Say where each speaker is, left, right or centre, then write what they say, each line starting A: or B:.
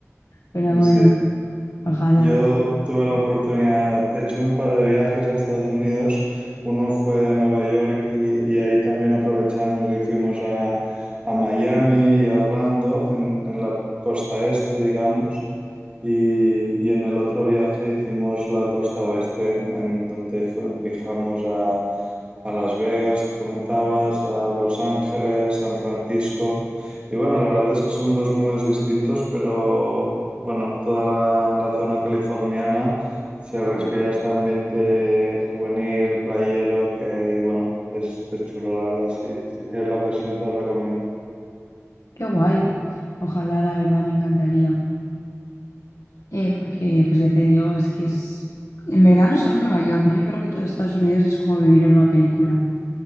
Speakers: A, on the left; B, on the right.
A: pero
B: Sí,
A: bueno,
B: sí.
A: ojalá.
B: Yo tuve la oportunidad, he hecho, un par de viajes a Estados Unidos. Uno fue a Nueva York y, y ahí también aprovechamos y fuimos a, a Miami y a Orlando, en, en la costa este, digamos. Y, y en el otro viaje hicimos la costa oeste, en donde fu- viajamos a, a Las Vegas, que comentabas, a Los Ángeles, San Francisco. Y bueno, la verdad es que son dos mundos distintos, pero bueno, toda la, la zona californiana se respira este ambiente juvenil, playero, que bueno, es, es chulo, la verdad. Si, si tienes la ocasión, te lo recomiendo.
A: Qué guay. Ojalá, la verdad, me encantaría. eh, porque pues ya te digo, es que es, en verdad no solo Nueva York, ¿no? Yo creo que todo Estados Unidos es como vivir en una película,